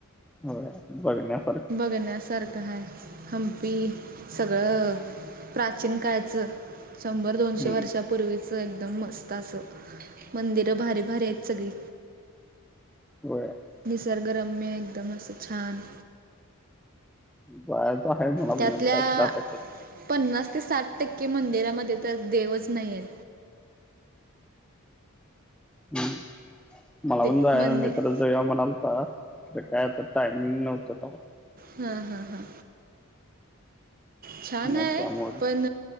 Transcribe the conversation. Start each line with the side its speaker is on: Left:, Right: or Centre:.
Centre: होय बघन्यात
Right: बघण्यासारखं आहे हंपी सगळं प्राचीन काळचं शंभर, दोनशे
Centre: हम्म.
Right: वर्षा पूर्वीचं एकदम मस्त असं मंदिर भारी, भारी आहेत सगळी
Centre: होय
Right: निसर्ग रम्य एकदम असं छान
Centre: जायचं हाय मला
Right: त्यातल्या
Centre: पण एकदा खर आता काय
Right: पन्नास ते साठ टक्के मंदिरामध्ये तर देवच नाईयेत.
Centre: अं. मला
Right: दे
Centre: पण जा
Right: मंदिर
Centre: मी तर ज म्हणालता कायता टायमिंग नव्हतं
Right: हा, हा, हा छान
Centre: मग
Right: आहे
Centre: त्यामुळे
Right: पण